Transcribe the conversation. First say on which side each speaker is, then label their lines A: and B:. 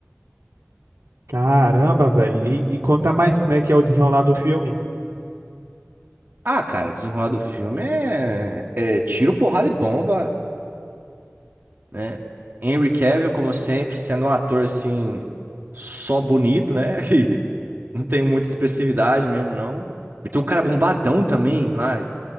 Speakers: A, on the right (about 85°); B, on the right (about 50°).
A: Caramba, velho. E, e conta mais como é que é o desenrolar do filme.
B: Ah, cara, desenrolar do filme é, é tiro, porrada e bomba, né? Henry Cavill, como sempre, sendo um ator assim, só bonito, né? <laughs> Que não tem muita expressividade mesmo, não. E tem um cara bombadão também lá,